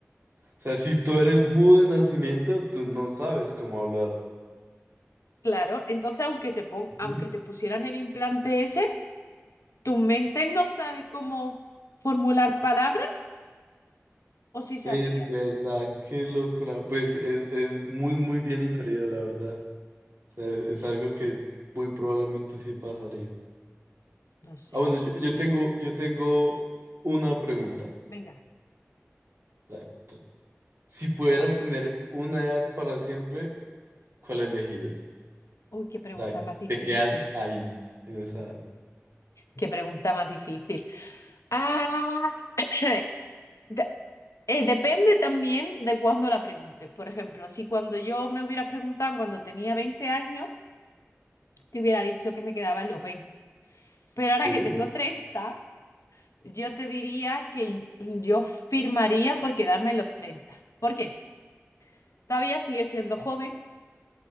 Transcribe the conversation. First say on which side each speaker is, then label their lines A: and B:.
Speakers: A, on the right (about 55°); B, on the left (about 90°).
A: sea, si tú eres mudo de nacimiento, tú no sabes cómo hablar.
B: Claro, entonces aunque te pon-
A: Ujú.
B: aunque te pusieran el implante ese, tu mente no sabe cómo formular palabras o sí sabría.
A: Es verdad, qué locura. Pues es, es muy, muy bien inferido, la verdad. O sea, es, es algo que muy probablemente sí pasaría.
B: No sé.
A: Ah, bueno, yo, yo tengo, yo tengo una pregunta.
B: Venga.
A: La- la- Si pudieras tener una edad para siempre, ¿cuál elegirías?
B: Uy, qué pregunta
A: O sea,
B: más difícil.
A: te quedas ahí, en esa edad.
B: Qué pregunta más difícil. ¡Ah! <coughs> <laughs> De- eh, depende también de cuándo la preguntes. Por ejemplo, si cuando yo me hubieras preguntado cuando tenía 20 años, te hubiera dicho que me quedaba en los veinte Pero
A: Sí,
B: ahora que tengo treinta yo te diría que yo firmaría por quedarme en los treinta ¿Por qué? Todavía sigues siendo joven,